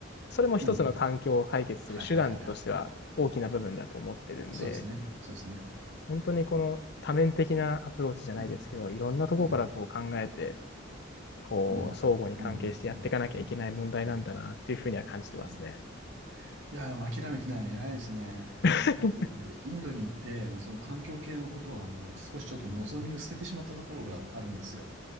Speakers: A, on the left; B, on the right.
A: それも一つの環境を解決する手段としては大きな部分だと思ってるんで。
B: うん。はいはいはいはい。そうですね。そうですね。
A: 本当にこの多面的なアプローチじゃないですけど、
B: うん。
A: いろんなところからこう考えて、
B: うん
A: こう、
B: うん。
A: 相互に関係してやっていかなきゃいけない問題なんだなっていうふうには感じてますね。
B: うん。うん。うん。うんうんいや、でも諦めてないの偉いですね。
A: <laughs>
B: 僕、インドに行って、もうその環境系のことはもう少しちょっと望みを捨ててしまったところがあるんですよ。